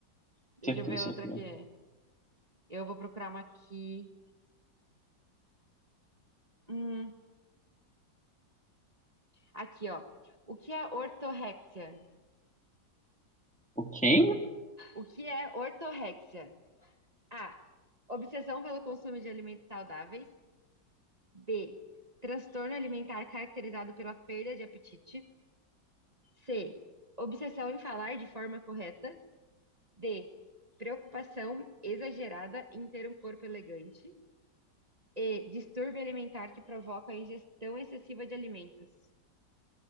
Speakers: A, on the right (about 20°); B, in the centre.
A: Deixa
B: Acertou,
A: eu ver
B: acertou.
A: outra aqui. Eu vou procurar uma aqui. Hum, aqui, ó. O que é ortorexia?
B: O quem?
A: O que é ortorexia? A. Obsessão pelo consumo de alimentos saudáveis. B. Transtorno alimentar caracterizado pela perda de apetite. C. Obsessão em falar de forma correta. D. Preocupação exagerada em ter um corpo elegante. E. Distúrbio alimentar que provoca a ingestão excessiva de alimentos.